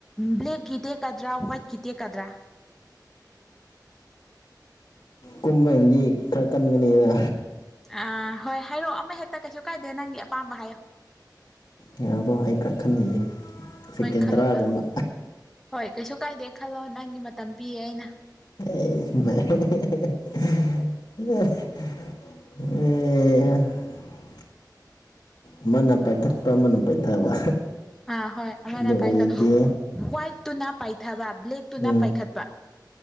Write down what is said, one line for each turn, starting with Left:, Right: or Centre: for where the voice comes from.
Centre: ꯕ꯭ꯂꯦꯛꯀꯤ ꯀꯗ꯭ꯔꯥ ꯍ꯭ꯋꯥꯏꯠꯀꯤ ꯇꯦꯛꯀꯗ꯭ꯔꯥ
Left: ꯀꯨꯝꯕꯅꯗꯤ ꯈꯔ ꯀꯟꯒꯅꯤꯅ
Centre: ꯑꯥ ꯍꯣꯏ ꯍꯥꯏꯔꯛꯑꯣ ꯑꯃ ꯍꯦꯛꯇ ꯀꯩꯁꯨ ꯀꯥꯏꯗꯦ ꯅꯪꯒꯤ ꯑꯄꯥꯝꯕ ꯍꯥꯏꯌꯣ
Left: ꯉꯏꯌꯣꯀꯣ ꯑꯩ ꯈꯔ ꯈꯟꯕꯤꯒꯦ ꯁꯦꯀꯦꯟ
Centre: ꯍꯣꯏ ꯈꯜꯂꯣ
Left: ꯇꯔꯥꯒꯨꯝꯕ
Centre: ꯈꯜꯂꯣ ꯍꯣꯏ ꯀꯩꯁꯨ ꯀꯥꯏꯗꯦ ꯈꯜꯂꯣ ꯅꯪꯒꯤ ꯃꯇꯝ ꯄꯤꯌꯦ ꯑꯩꯅ
Left: ꯑꯦ ꯍꯦ ꯍꯦ ꯍꯦ ꯍꯦ ꯑꯦ ꯍꯥ ꯑꯃꯅ ꯄꯥꯏꯈꯠꯄ ꯑꯃꯅ ꯄꯥꯏꯊꯕ
Centre: ꯑꯥ ꯍꯣꯏ ꯑꯃꯅ
Left: ꯑꯗꯨ ꯑꯣꯏꯔꯗꯤ
Centre: ꯄꯥꯏꯈꯠ ꯍ꯭ꯋꯥꯏꯠꯇꯨꯅ ꯄꯥꯏꯊꯕ ꯕ꯭ꯂꯦꯛꯇꯨꯅ
Left: ꯎꯝ
Centre: ꯄꯥꯏꯈꯠꯄ